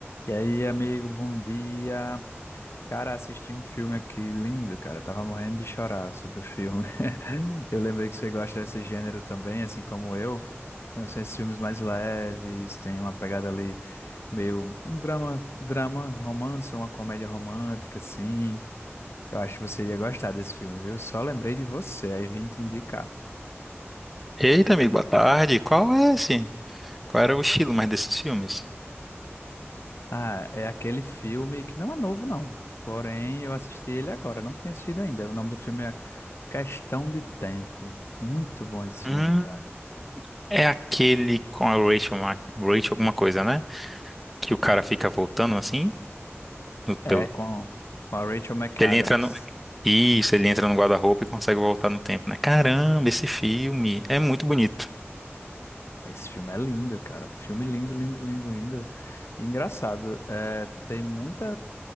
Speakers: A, on the left (about 65°); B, in the centre.
A: E aí, amigo, bom dia. Cara, assisti um filme aqui lindo, cara. Tava morrendo de chorar sobre o filme. <laughs> Eu lembrei que você gosta desse gênero também, assim como eu. Com Esses filmes mais leves, tem uma pegada ali meio um drama, drama romance, uma comédia romântica, assim. Eu acho que você ia gostar desse filme, viu? Só lembrei de você, aí vim te indicar.
B: Eita, amigo, boa tarde. Qual é esse? Qual era o estilo mais desses filmes?
A: Ah, é aquele filme que não é novo, não. Porém, eu assisti ele agora, não tinha assistido ainda. O nome do filme é Questão de Tempo. Muito bom esse
B: Hum,
A: filme, cara.
B: é aquele com a Rachel, Ma- Rachel alguma coisa, né? Que o cara fica voltando assim, no,
A: É
B: pelo,
A: com, com a Rachel McAdams.
B: que ele entra no... Isso, ele entra no guarda-roupa e consegue voltar no tempo, né? Caramba, esse filme é muito bonito.
A: Esse filme é lindo, cara. Filme lindo, lindo, lindo, lindo. E engraçado, é, tem muita,